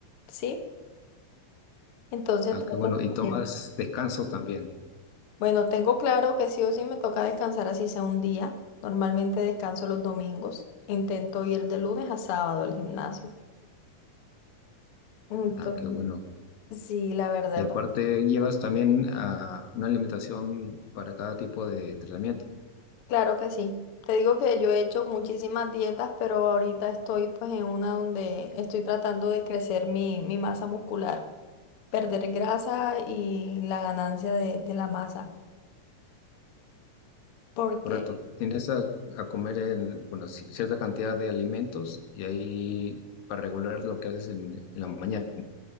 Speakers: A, on the left; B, on the left.
A: ¿sí? Entonces
B: Ah,
A: trato...
B: qué bueno. ¿Y tomas
A: siempre.
B: descanso también?
A: Bueno, tengo claro que sí o sí me toca descansar así sea un día. Normalmente descanso los domingos. Intento ir de lunes a sábado al gimnasio. Entonces,
B: Ah, qué bueno.
A: sí, la verdad,
B: Y aparte
A: ba-
B: llevas también a una alimentación para cada tipo de entrenamiento,
A: claro que sí. Te digo que yo he hecho muchísimas dietas, pero ahorita estoy pues en una donde estoy tratando de crecer mi, mi masa muscular, perder grasa y la ganancia de, de la masa. Porque,
B: ¿correcto? Tienes a, a comer en, bueno, ci- cierta cantidad de alimentos y ahí para regular lo que haces en, en la mañana.